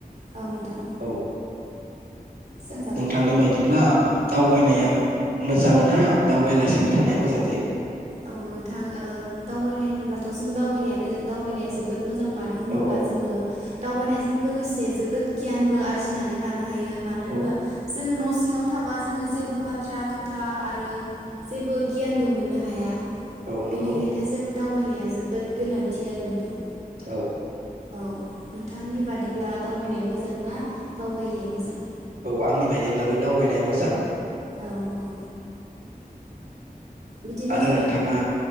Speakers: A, on the right (about 60°); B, on the right (about 75°).
A: औ नोंथां
B: औ
A: सोंजागोन
B: नोंथांनि बायदिब्ला दावबायनाया
A: औ
B: मो जांना दावबायालासिनो थानाया मोजां जायो।
A: औ नोंथां ओ दावबायनाय होनोब्लाथ' जों दावबायनायानो दावबायनाया जोबोद मो जां मानो होनोब्ला
B: औ
A: जोङो दावबायनायजों लोगोसे जोबोद गियानबो आरजिनानै लानो हायो। मानो
B: औ
A: होनबा जोङो न' सिङाव थाबा जोङो जेबो बाथ्रा खोथा आरो जेबो गियानबो मोननो हाया।
B: औ नंगौ
A: बेनिखायनो जों दावबायनाया जोबोद गोनांथि आरो नोंथां।
B: औ
A: औ नोंथांनि बादिब्ला दावबायनाया मोजां ना दावबायिया मोजां?
B: औ आंनि बायदिब्लाबो दावबायनाया मोजां।
A: औ नंगौ। बिदिनो
B: आरो
A: जों
B: नोंथाङा